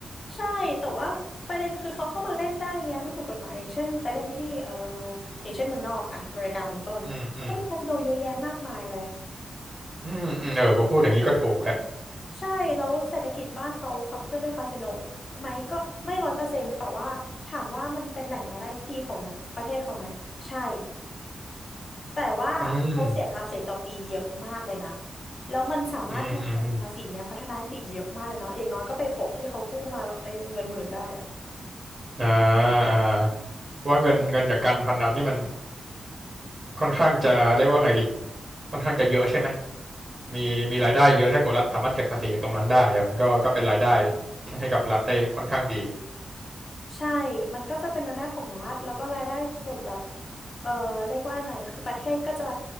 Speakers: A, on the left; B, on the right.
A: ใช่แต่ว่าประเด็นคือเขาเข้ามาเล่นได้ไงแล้วมันถูกกฎหมายอย่างเช่นไปเล่นที่เอ่ออย่างเช่นเมืองนอกอะอเมริกาเป็นต้นเขาก็มีคาสิโนเยอะแยะมากมายเลย
B: อืมอืมอืมอืมเออพอพูดอย่างนี้ก็ถูกฮะ
A: ใช่แล้วเศรษฐกิจบ้านเขาขับเคลื่อนด้วยคาสิโนไหมก็ไม่ร้อยเปอร์เซ็นต์แต่ว่าถามว่ามันเป็นแหล่งรายได้ที่ดีของประเทศเขาไหมใช่แต่ว่าเขาเสียภาษีต่อปีเยอะมากเลยนะ
B: อืม
A: แล้วมันสามารถนำเงินภาษีเนี้ยพัฒนาได้อีกเยอะมากเลยเนาะอย่างน้อยก็ไปโปะที่เขากู้มาไอ้เงินหมื่นได้อะ
B: อืมอืมอมอ่าอ่าเพราะว่าเงินเงินจากการพนันนี่มันค่อนข้างจะเรียกว่าไงดีค่อนข้างจะเยอะใช่ไหมมีมีรายได้เยอะถ้าเกิดรัฐสามารถเก็บภาษีจากตรงนั้นได้อะมันก็ก็เป็นรายได้ให้กับรัฐได้ค่อนข้างดี
A: ใช่มันก็จะเป็นรายได้ของรัฐ แล้วก็รายได้ส่วนแบบเออเรียกว่าไงคือประเทศก็จะ